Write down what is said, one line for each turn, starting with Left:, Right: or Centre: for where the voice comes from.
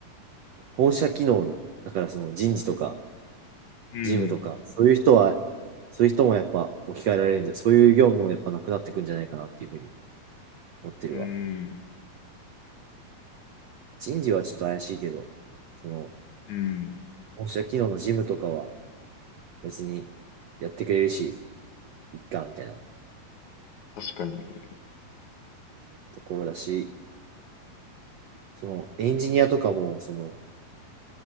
Right: 本社機能の、だからその人事とか、
Left: うん。
Right: 事務とか、そういう人は、そういう人もやっぱ置き換えられるんじゃ、そういう業務もやっぱなくなってくんじゃないかなっていうふうに思ってるわ。
Left: うん。
Right: 人事はちょっと怪しいけど、その、
Left: うん。
Right: 本社機能の事務とかは別にやってくれるし、いっか、みたいな。
Left: 確かにね。
Right: ところだし、そのエンジニアとかも、その